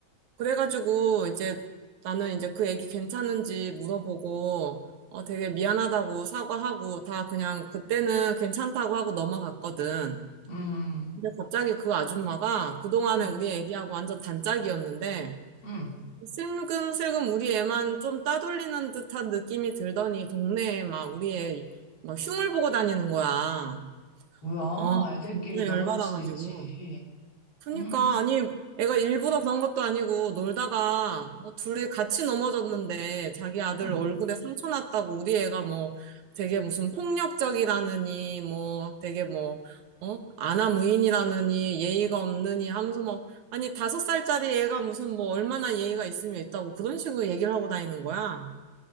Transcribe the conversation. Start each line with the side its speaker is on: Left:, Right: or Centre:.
Right: 그래가지고 이제 나는 이제 그 애기 괜찮은지 물어보고 어, 되게 미안하다고 사과하고 다 그냥 그때는 괜찮다고 하고 넘어갔거든.
Left: 응,
Right: 근데 갑자기 그 아줌마가 그동안에
Left: 응,
Right: 우리 애기하고 완전 단짝이었는데
Left: 응.
Right: 슬금슬금 우리 애만 좀 따돌리는 듯한 느낌이 들더니 동네에 막 우리 애 막 흉을 보고 다니는 거야.
Left: 뭐야,
Right: 어,
Left: 애들끼리
Right: 진짜
Left: 넘어질
Right: 열받아가지고.
Left: 수도 있지.
Right: 그니까,
Left: 응,
Right: 아니, 애가 일부러 그런 것도 아니고, 놀다가, 뭐, 둘이 같이 넘어졌는데, 자기 아들
Left: 응.
Right: 얼굴에 상처 났다고, 우리 애가 뭐, 되게 무슨 폭력적이라느니, 뭐, 되게 뭐, 어? 아나무인이라느니, 예의가 없느니 하면서 뭐, 아니, 다섯 살짜리 애가 무슨 뭐, 얼마나 예의가 있으면 있다고, 그런 식으로 얘기를 하고 다니는 거야.